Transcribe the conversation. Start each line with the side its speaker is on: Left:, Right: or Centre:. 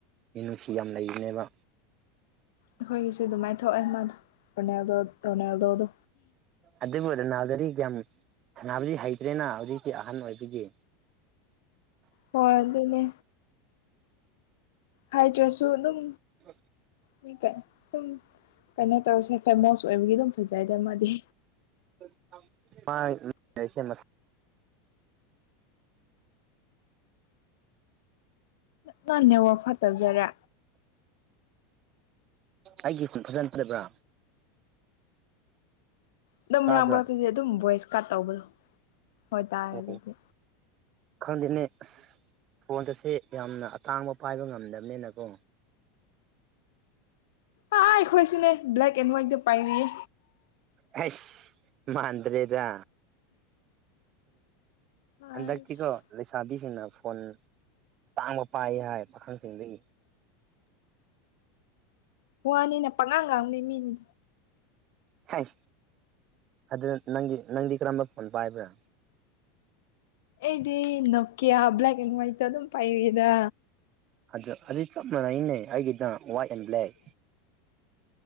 Right: ꯃꯤꯅꯨꯡꯁꯤ ꯌꯥꯝ ꯂꯩꯕꯅꯦꯕ
Left: ꯑꯩꯈꯣꯏꯒꯤꯁꯨ ꯑꯗꯨꯃꯥꯏꯅ ꯊꯣꯛꯑꯦ ꯃꯥꯗꯣ ꯔꯣꯅꯥꯜꯗꯣ ꯔꯣꯅꯥꯜꯗꯣꯗꯣ
Right: ꯑꯗꯨꯕꯨ ꯔꫭꯅꯥꯜꯗꫭꯗꯤ ꯌꯥꯝ ꯁꯥꯟꯅꯕꯗꯤ ꯍꯩꯕꯅꯦꯅꯥ ꯍꯧꯖꯤꯛꯇꯤ ꯑꯍꯟ ꯑꯣꯏꯕꯒꯤ
Left: ꯍꯣꯏ ꯑꯗꯨꯅꯦ ꯍꯩꯇ꯭ꯔꯥꯁꯨ ꯑꯗꯨꯝ
Right: ꯎꯝ
Left: ꯃꯤ ꯀ ꯑꯗꯨꯝ ꯀꯩꯅꯣ ꯇꯧꯔꯁꯦ ꯐꯦꯃꯣꯁ ꯑꯣꯏꯕꯒꯤ ꯑꯗꯨꯝ ꯐꯖꯩꯗ ꯃꯥꯗꯤ
Right: <unintelligible> ꯃꯁ
Left: ꯅꯪ ꯅꯦꯠꯋꯥꯔꯛ ꯐꯠꯇꯕꯖꯔ
Right: ꯑꯩꯒꯤ ꯈꯣꯟ ꯐꯖꯗꯕ꯭ꯔꯥ
Left: ꯑꯗꯨꯝ
Right: ꯇꯥꯕ꯭ꯔꯥ
Left: ꯃꯔꯥꯛ ꯃꯔꯛꯇꯗꯤ ꯑꯗꯨꯝ ꯚꯣꯏꯁ ꯀꯠ ꯇꯧꯕꯗꯣ ꯍꯣꯏꯇꯥꯌꯦ
Right: ꯑꯣ
Left: ꯍꯧꯖꯤꯛꯇꯤ
Right: ꯈꯪꯗꯦꯅꯦ ꯑꯁ ꯐꯣꯟꯒꯁꯦ ꯌꯥꯝꯅ ꯑꯇꯥꯡꯕ ꯄꯥꯏꯕ ꯉꯝꯗꯕꯅꯦꯅꯀꯣ
Left: ꯑ ꯑꯩꯈꯣꯏꯁꯨꯅꯦ ꯕ꯭ꯂꯦꯛ ꯑꯦꯟ ꯋꯥ꯭ꯏꯠꯗꫭ ꯄꯥꯏꯔꯤꯌꯦ
Right: ꯍꯁ ꯃꯥꯥꯟꯗ꯭ꯔꯦꯗ
Left: ꯑꯁ
Right: ꯍꯟꯗꯛꯇꯤꯀꯣ ꯂꯩꯁꯥꯕꯤꯁꯤꯡꯅ ꯐꯣꯟ ꯑꯇꯥꯡꯕ ꯄꯥꯏ ꯍꯥꯏ ꯄꯥꯈꯪꯁꯤꯡꯗꯒꯤ
Left: ꯋꯥꯅꯤꯅ ꯄꯪꯉꯥꯡ ꯉꯥꯡ ꯃꯤꯅꯤ
Right: ꯍꯥꯏ ꯑꯗꯨ ꯅꯪꯒꯤ ꯅꯪꯗꯤ ꯀꯔꯝꯕ ꯐꯣꯟ ꯄꯥꯏꯕ꯭ꯔ
Left: ꯑꯩꯗꯤ ꯅꯣꯀꯤꯌꯥ ꯕ꯭ꯂꯦꯛ ꯑꯦꯟ ꯋꯥꯏꯠꯇ ꯑꯗꯨꯝ ꯄꯥꯏꯔꯛꯑꯦꯗ
Right: ꯑꯗꯨ ꯑꯗꯨ ꯆꯞ ꯃꯥꯟꯅꯩꯅꯦ ꯑꯩꯒꯤꯗ ꯋꯥꯏꯠ ꯑꯦꯟ ꯕ꯭ꯂꯦꯛ